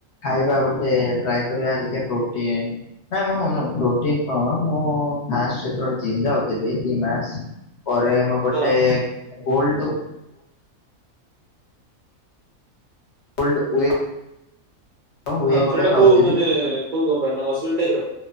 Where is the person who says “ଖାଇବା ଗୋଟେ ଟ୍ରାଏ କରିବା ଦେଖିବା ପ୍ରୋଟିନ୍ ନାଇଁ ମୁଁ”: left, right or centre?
Left